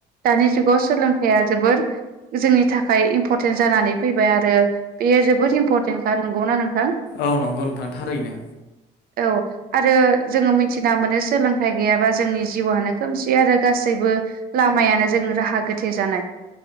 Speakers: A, on the right; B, on the left.
A: दानि जुगाव सोलोंथाइआ जबोर जोंनि थाखाय इम्परटेन्ट जानानै फैबाय आरो बेयो जबोर इम्परटेन्टखा नोंगौ ना नों
B: औ नंगौ नोंथां थारैनो
A: औ आरो जोङो मिथिना मोनो सोलोंथाइ गैयाबा जोंनि जिउआनो खोमसि आरो गासैबो बो लामायानो जों राहा गोथे जानाय